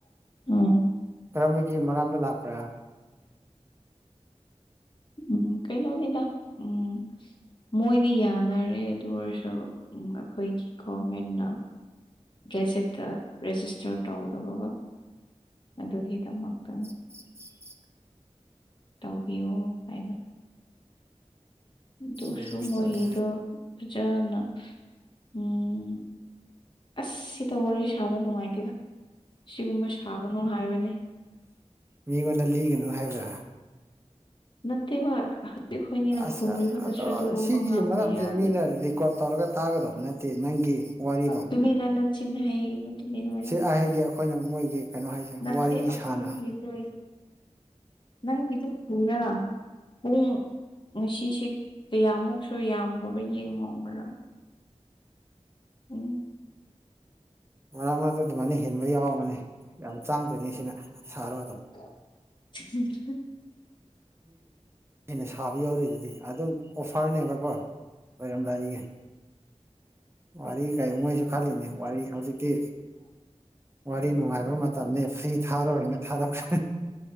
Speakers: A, on the left (about 40°); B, on the right (about 20°).
A: ꯎꯝ
B: ꯀꯔꯝꯕꯒꯤ ꯃꯔꯝꯗ ꯂꯥꯛꯄ꯭ꯔꯥ
A: ꯎꯝ ꯀꯩꯩꯅꯣꯅꯤꯗ ꯎꯝ ꯃꯣꯏꯗꯤ ꯌꯥꯅꯔꯦ ꯑꯗꯨ ꯑꯣꯏꯔꯁꯨ ꯎꯝ ꯑꯩꯈꯣꯏꯒꯤ ꯒꯣꯃꯦꯟꯅ ꯒꯦꯖꯦꯠꯇ ꯔꯦꯖꯤꯁꯇ꯭ꯔ ꯇꯧꯒꯗꯕꯀꯣ ꯑꯗꯨꯒꯤꯗꯃꯛꯇ
B: ꯎ <inaudible>
A: ꯇꯧꯕꯤꯌꯣ ꯀꯥꯏꯅ ꯑꯗꯨꯁꯨ
B: ꯔꯦꯖꯤꯁꯇꯔ
A: ꯃꯣꯏꯒꯤꯗꯣ ꯐꯖꯅ ꯎꯝ ꯑꯁ ꯁꯤꯗ ꯋꯥꯔꯤ ꯁꯥꯕ ꯅꯨꯡꯉꯥꯏꯇꯦꯗ ꯁꯤꯒꯨꯝꯕ ꯁꯥꯒꯅꯨ ꯍꯥꯏꯕꯅꯤ
B: ꯃꯤꯉꯣꯟꯗ ꯂꯤꯒꯅꯨ ꯍꯥꯏꯕ꯭ꯔꯥ
A: ꯅꯠꯇꯦꯕ ꯑꯩꯈꯣꯏꯅꯤꯅ
B: ꯑꯁ
A: ꯈꯨꯝꯔꯤꯕꯗꯨꯁꯨ
B: ꯑꯗꯣ
A: ꯑꯗꯨꯒꯨꯝꯕ
B: ꯁꯤꯒꯤ
A: ꯉꯥꯡꯕ
B: ꯃꯔꯝꯁꯦ
A: ꯌꯥꯗꯦ
B: ꯃꯤꯅ ꯔꯦꯀꯣꯔꯠ ꯇꯧꯔꯒ ꯇꯥꯒꯗꯧꯕ ꯅꯠꯇꯦ ꯅꯪꯒꯤ ꯋꯥꯔꯤꯕꯣ
A: ꯇꯃꯤꯃꯤꯟꯅ ꯅꯆꯤꯟ ꯍꯥꯏꯒꯅꯨ ꯇꯨꯃꯤꯟ ꯂꯩꯌꯨ
B: ꯁꯤ ꯑꯩꯒꯤ ꯑꯩꯈꯣꯏꯅ ꯃꯣꯏꯒꯤ ꯀꯩꯅꯣ ꯍꯥꯏꯁꯦ
A: ꯅꯠꯇꯦ
B: ꯋꯥꯔꯤ
A: ꯑꯩꯈꯣꯏꯅꯤꯒꯤ
B: ꯁꯥꯅ
A: ꯂꯣꯏ ꯅꯪꯒꯤꯗꯨ ꯄꯨꯔ ꯄꯨꯡ ꯉꯁꯤꯁꯦ ꯀꯌꯥꯃꯨꯛꯁꯨ ꯌꯥꯝꯒ꯭ꯔꯕ ꯌꯦꯡꯉꯣ ꯑꯃꯔꯛ ꯎꯝ
B: ꯃꯔꯛ ꯃꯔꯛꯇ ꯑꯗꯨꯃꯥꯏꯅ ꯍꯦꯟꯕ ꯌꯥꯎꯕꯅꯤ ꯌꯥꯝ ꯆꯥꯡꯗꯣꯏꯅꯤ ꯁꯤꯅ ꯁꯥꯔꯣ ꯑꯗꯨꯝ
A: <unintelligible>
B: ꯃꯤꯅ ꯁꯥꯕ ꯌꯥꯎꯔꯤꯖꯤꯗꯤ ꯑꯗꯨꯝ ꯑꯣꯐ꯭ꯔꯅꯦꯕ ꯀꯣ ꯑꯣꯏꯔꯝꯗꯥꯏꯒꯤ ꯋꯥꯔꯤ ꯀꯥꯏ ꯃꯣꯏꯁꯨ ꯈꯜꯂꯤꯅꯦ ꯋꯥꯔꯤ ꯍꯧꯖꯤꯛꯇꯤ ꯋꯥꯔꯤ ꯅꯨꯡꯉꯥꯏꯕ ꯃꯇꯝꯅꯤ ꯐ꯭ꯔꯤ ꯊꯥꯔꯣꯏꯅ ꯊꯥꯗꯣꯛꯄ